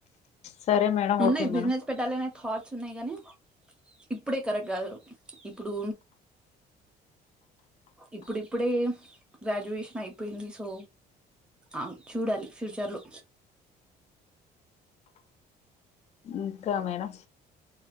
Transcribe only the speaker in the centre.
ఉన్నయ్
బిజినెస్ పెట్టాలనే థాట్స్ ఉన్నాయి గానీ ఇప్ ఇప్పుడే కరెక్ట్ గాదు ఇప్పుడు ఇప్పుడిప్పుడే గ్రాడ్యుయేషన్ అయిపోయింది సో ఆ చూడాలి ఫ్యూచర్లో.